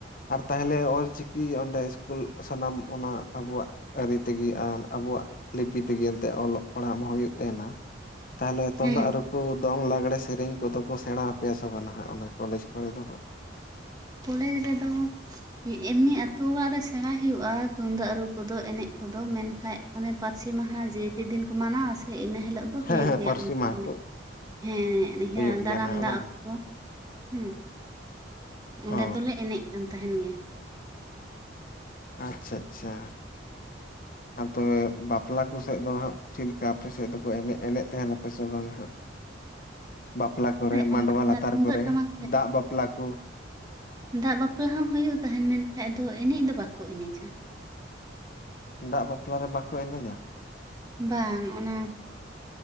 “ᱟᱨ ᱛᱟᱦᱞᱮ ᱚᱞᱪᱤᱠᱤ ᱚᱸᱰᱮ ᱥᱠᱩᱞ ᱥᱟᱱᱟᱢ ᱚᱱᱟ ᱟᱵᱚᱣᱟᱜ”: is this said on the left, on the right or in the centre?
Left